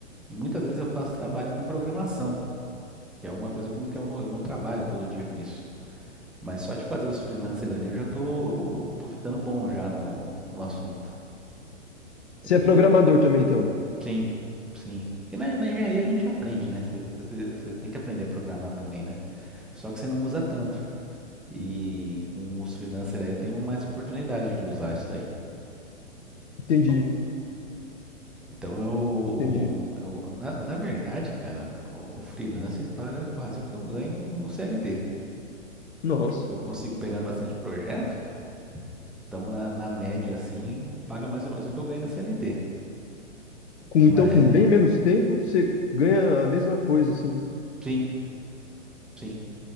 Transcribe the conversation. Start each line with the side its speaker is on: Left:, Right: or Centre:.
Centre: E muitas vezes eu faço trabalho com programação, que é uma coisa com que eu não, eu não trabalho todo dia com isso. Mas só de fazer os freelancers ali eu já tô, tô ficando bom já no, no assunto.
Left: Você
Centre: E-
Left: é programador também, então?
Centre: sim, sim. Porque na, na engenharia a gente aprende, né? Você tem que aprender a programar também, né? Só que você não usa tanto. E com os freelancers aí eu tenho mais oportunidade de usar isso daí. Então,
Left: Entendi,
Centre: Então eu,
Left: entendi.
Centre: eu- na, na verdade, cara, o, o freelance paga quase o que eu ganho no CLT.
Left: Nossa.
Centre: Eu consigo pegar bastante projeto, então na, na média assim, paga mais ou menos o que eu ganho na CLT.
Left: Com,
Centre: Mas
Left: então, com bem menos tempo, você ganha a mesma coisa, assim.
Centre: sim, sim.